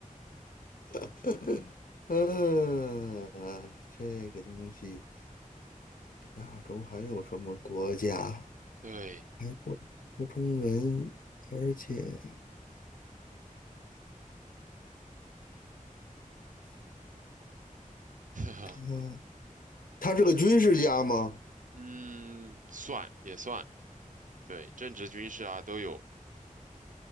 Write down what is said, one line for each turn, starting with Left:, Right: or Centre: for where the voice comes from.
Left: <laughs> 嗯，啊这个东西，亚洲还有什么国家
Right: 对，
Left: 还不说中文？而且，
Right: <laughs> 哈哈，
Left: 嗯，他是个军事家吗？
Right: 嗯，算也算。对，政治、军事啊都有。